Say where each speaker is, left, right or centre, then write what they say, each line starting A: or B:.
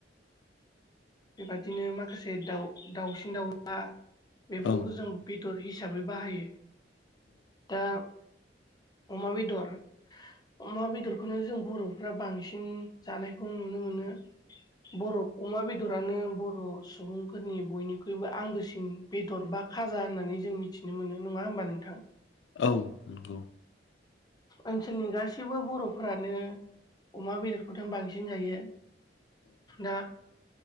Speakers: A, on the left (about 25°); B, on the left (about 80°).
A: बेबादिनो माखासे दाउ दाउसिन दाउला बेफोरखौ
B: औ
A: जों बे दर हिसाबै बाहायो, दा अमा बेदर अमा बेदरखौनो जों बर'फ्रा बांसिन जानायखौ नुनो मोनो, बर' अमा बेदरानो बर बर' सुबुंफोरनि बयनिख्रुइबो आंगोसिन बेदर बा खाजा होननानै जों मिथिनो मोनो नङा होम होमबा नोंथां।
B: औ नंगौ।
A: ओनसोलनि गासैबो बर'फोरानो अमा बेदरखौथ' बांसिन जायो, दा